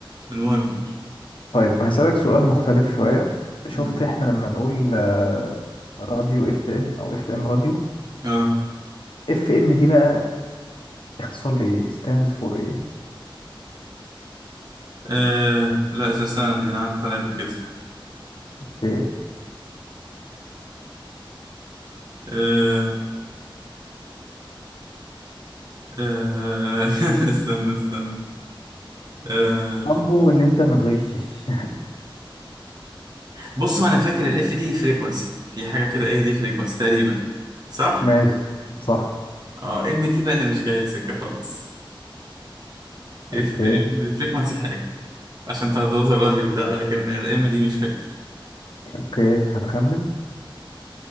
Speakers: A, on the right; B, on the left.
A: المهم قول.
B: طيب هسألك سؤال مختلف شوية شفت
A: مم.
B: احنا لما نقول آه، راديو اف ام او اف ام راديو
A: اه
B: اف ام دي بقى اختصار لايه stands for ايه
A: آه، لا استنى دي انا عدت عليها قبل كده
B: اوكي
A: آه آه <laughs> استنى استنى آه
B: ارجو ان انت ما تغشش
A: بص هو انا فاكر الاف دي فريكونسي في حاجه كده ايه دي فريكونسي تقريبا صح
B: <laughs> ماشي صح
A: اه ام دي بقى اللي مش جايه سكه خالص اف
B: اوكي
A: فريكونسي حاجه عشان ترددات الراديو كده لكن الام دي مش فاكر
B: اوكي هتخمن